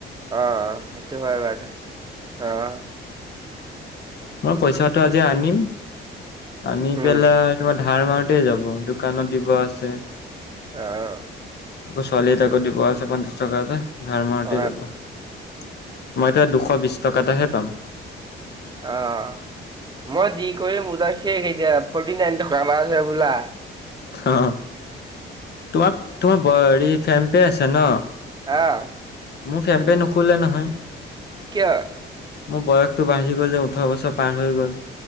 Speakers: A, on the right (about 20°); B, on the left (about 55°).
A: আহ, সেইটো হয় বাৰু আহ।
B: মই পইচাটো আজি আনিম আনি
A: উম
B: পেলাই তোমা। ধাৰ মাৰোতে যাব দোকানত দিব আছে।
A: আহ।
B: আকৌ ছোৱালি তাকো দিব আছে পঞ্চাছ টকাতে ধাৰ মাৰতে
A: অ
B: যাব। মই এতিয়া দুশ বিশ টকাতেহে পাম
A: অহ। মই যি কৰিম <unintelligible> শেষ এতিয়া ফৰ্টি নাইন গ্ৰামাৰ যে বোলা।
B: অ তোমাক তোমাৰ ব হেৰি ফেম পে আছে নহ।
A: অহ।
B: মোৰ ফেম পে নুখুলে নহয়।
A: কিয়
B: মোৰ বয়সতটো বাঢ়ি গ'ল যে ওঠোৰ বছৰ পাৰ হৈ গ'ল।